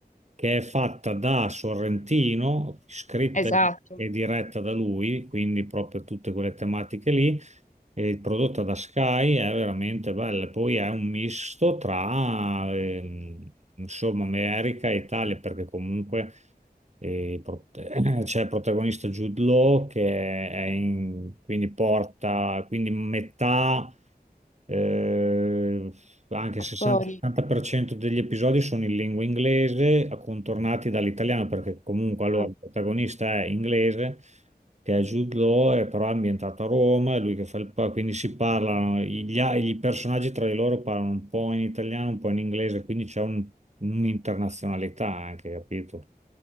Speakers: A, on the right (about 45°); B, on the left (about 50°).
A: che è fatta da Sorrentino, scritta
B: Esatto,
A: e diretta da lui, quindi proprio tutte quelle tematiche lì, e prodotta da Sky, è veramente bella. Poi è un misto tra, ehm, insomma, America e Italia, perché comunque eh, pro- <clears throat> c'è il protagonista Jude Law che è in- quindi porta, quindi metà eh, anche il
B: attori.
A: 60-70% degli episodi sono in lingua inglese, accontornati dall'italiano, perché comunque allora
B: Ah.
A: il protagonista è inglese, che è Jude Law, è però ambientato a Roma, è lui che fa il... pa- quindi si parlano, gli, a- i personaggi tra di loro parlano un po' in italiano, un po' in inglese, quindi c'è un- un'internazionalità anche, capito?